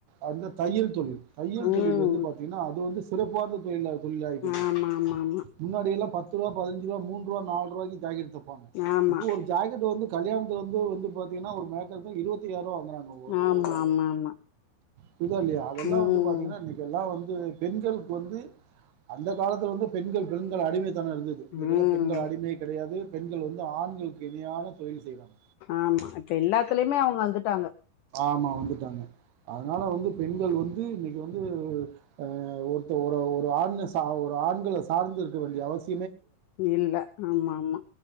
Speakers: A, on the right; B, on the left.
A: அந்த தையல் தொழில் தையல் தொழில்
B: ம்
A: வந்து பாத்தீங்கன்னா அது வந்து சிறப்பார்ந்த தொழில்லா தொழில்லாய்போச்சு
B: ஆமா
A: இப்பொ
B: ஆமா ஆமா
A: முன்னாடியெல்லா பத்து ரூவா பதினஞ் ரூவா மூன் ரூவா நாலு ரூவாய்க் ஜாக் தப்பாங்க
B: ஆமா
A: இப்ப ஒரு ஜாக்கெட் வந்து கல்யாணத்து வந் து வந்து பாத்தீங்கன்னா ஒரு மேக்கப்பே இருவத்தியய்யாறுவா ங்றாங்க ஒரு
B: ஆமா
A: ஒரு
B: ஆமா ஆமா
A: புரிதா இல்லையா அதெல்லா
B: ம்
A: வந்து பாத்தீங்கன்னா இன்னைக்கு எல்லா வந் து பெண்களுக்கு வந்து அந்த காலத்துல வந்து பெண்கள் பெண்கள் அடிமை தனொ இருந்தது இன்னைக்கெல்லா
B: ம்
A: பெண்கள் அடிமை கெடையாது பெண்கள் வந்து ஆண்களுக்கு இணையான தொழில் செய்றாங்க
B: ஆமா இப்ப எல்லாத்துலயுமே அவங்க வந்துட்டாங்க
A: ஆமா வந்துட்டாங்க. அதனால வந்து பெண்கள் வந்து இன்னிக்கு வந்து ஆ ஒருத்த ஒரு ஒரு ஆண் சார்ந் ஒரு ஆண்கள சார்ந்த இருக்க வேண்டிய அவசிய
B: இல்ல ஆமாமா